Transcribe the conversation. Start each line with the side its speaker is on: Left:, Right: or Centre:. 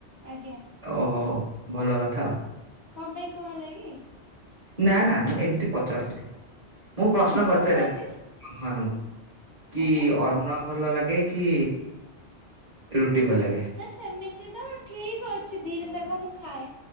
Left: ଆଜ୍ଞା।
Right: ଓହୋ ହୋ ଭଲ କଥା ଆଉ।
Left: କଣ ପାଇଁ କଣ କହିଲେ କି?
Right: ନା ନା ମୁଁ ଏମତି ପଚାରୁଥିଲି। ମୁଁ ପ୍ରଶ୍ନ
Left: ନାଇଁ
Right: ପଚାରେ।
Left: କହୁନାହାନ୍ତି
Right: ମୁଁ ବନ୍ଧୁ ମାନଙ୍କୁ କି
Left: ଆଜ୍ଞା।
Right: ଅର୍ଣ୍ଣ ଭଲ ଲାଗେ କି ରୁଟି
Left: ଆଚ୍ଛା
Right: ଭଲ ଲାଗେ?
Left: ନା ସେମି ତି ତ ଠିକ ଅଛି, ଦିଟା ଯାକ ମୁଁ ଖାଏ।